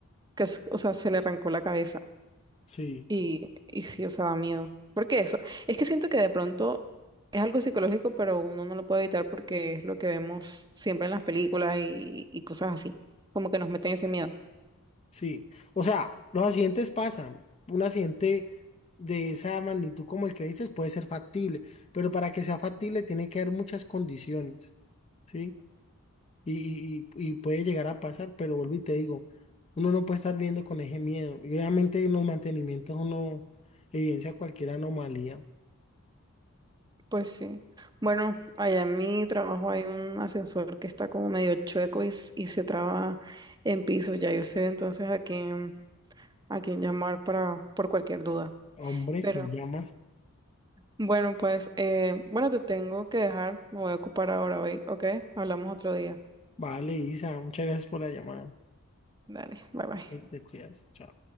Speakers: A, on the right; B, on the left.
A: que, es- o sea, se le arrancó la cabeza
B: Sí,
A: y, y sí, o sea, da miedo. Porque eso, es que siento que de pronto es algo psicológico, pero uno no lo puede evitar porque es lo que vemos siempre en las películas y, y cosas así, como que nos meten ese miedo.
B: sí. O sea, los accidentes pasan. Un accidente de esa magnitud como el que dices puede ser factible, pero para que sea factible tiene que haber muchas condiciones, ¿sí? Y, y, y, y puede llegar a pasar, pero vuelvo y te digo, uno no puede estar viendo con ese miedo. Y obviamente en los mantenimientos uno evidencia cualquier anomalía.
A: Pues sí. Bueno, allá en mi trabajo hay un ascensor que está como medio chueco y, s- y se traba en piso. Ya yo sé entonces a quién, a quién llamar para, por cualquier duda.
B: Hombre,
A: Pero
B: me llama.
A: bueno, pues eh, bueno, te tengo que dejar. Me voy a ocupar ahora hoy, ¿ok? Hablamos otro día.
B: Vale, Isa, muchas gracias por la llamada.
A: Dale, bye bye.
B: Te cuidas. Chao.